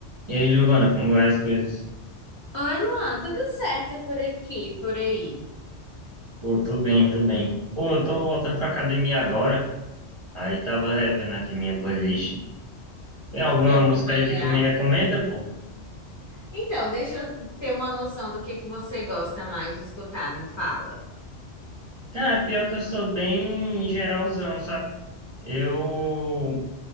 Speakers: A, on the right (about 35°); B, on the left (about 30°).
A: E aí, Giovana, como vai as coisas?
B: Oi, Luan, tudo certo por aqui, por aí?
A: Pô, tô bem, tô bem. Pô, eu tô voltando pra academia agora. Aí tava revendo aqui minha playlist. Tem alguma
B: É bom
A: música
B: malhar.
A: aí que tu me recomenda, pô?
B: Então, deixa eu ter uma noção do que que você gosta mais de escutar, me fala.
A: Cara, pior que eu sou bem geralzão, sabe? Eu